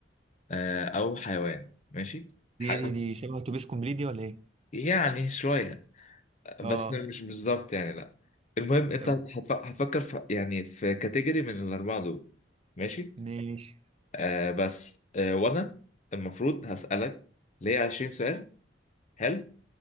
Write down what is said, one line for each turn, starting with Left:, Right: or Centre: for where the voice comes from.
Left: آه، أو حيوان ماشي حاجة
Right: دي دي دي شبه اتوبيس كومبليت دي ولا ايه
Left: يعني شوية بس
Right: اه
Left: مش بالظبط يعني لا المهم أنت
Right: تمام
Left: هتف- هتفكر في يعني في كاتيجوري من الأربعة دول ماشي
Right: ماشي
Left: آه بس آه وأنا المفروض هسألك ليه 20 سؤال حلو